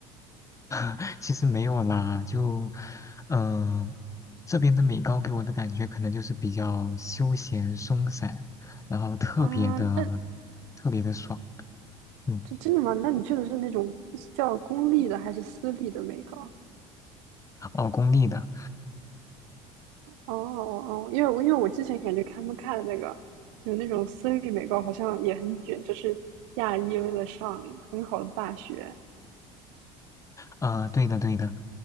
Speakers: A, on the left; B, on the right.
A: <laughs> 其实没有啦，就嗯、呃这边的美高给我的感觉可能就是比较休闲松散，然后特别的
B: 啊，那
A: 特别的爽。嗯，
B: 这真的吗？那你去的是那种叫公立的还是私立的美高？
A: 哦，公立的。
B: 哦哦，哦因为我因为我之前感觉他们看的那个有那种私立美高，好像也很卷，就是亚裔为了上很好的大学
A: 啊，对的，对的。